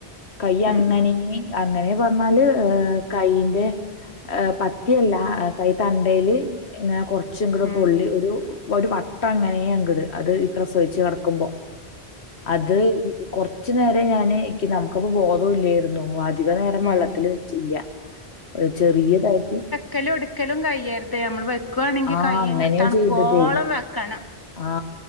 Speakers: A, on the left; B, on the left.
A: കൈ
B: ഉം
A: അങ്ങനെ
B: ഉം
A: ഇങ്ങി അങ്ങനെ പർഞ്ഞാല് ഏ കൈയിന്റെ ഏ പ ത്ത്യല്ല കൈ തണ്ടേല് ഇങ്ങനെ കൊർച്ച്ങ്ങ്ട്
B: ഉം
A: പൊള്ളി ഒരു ഒരു വട്ട അങ്ങനെയങ്ക്ട് അത് ഈ പ്രസവിച്ച് കെടക്കുമ്പോ അത് ഉം ഉം കൊർച്ച് നേരം ഞാന് ഇക്കി നമുക്ക പ്പ ബോധോ ഇല്ല്യാര്ന്നു വ അധിക നേരം
B: ഉം
A: വള്ളത്തില് വെച്ചില്ല്യ ഒരു ചെറിയതായ്ണ്ട്
B: ക്കലും എട്ക്കലും കയ്യര്ത് അമ്മള് വെക്കോണെങ്കി
A: ആ
B: കൈ
A: അങ്ങനെ
B: തണുകോളം
A: ചെയ്തതേ.
B: വെക്കണം.
A: ആ